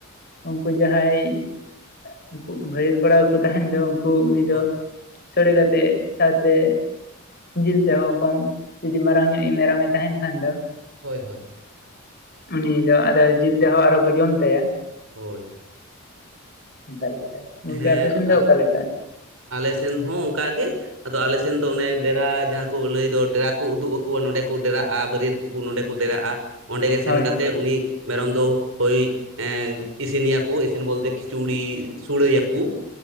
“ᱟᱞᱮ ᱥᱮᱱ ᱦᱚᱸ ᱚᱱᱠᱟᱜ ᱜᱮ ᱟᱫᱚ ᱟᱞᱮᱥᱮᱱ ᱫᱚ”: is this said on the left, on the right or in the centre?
Right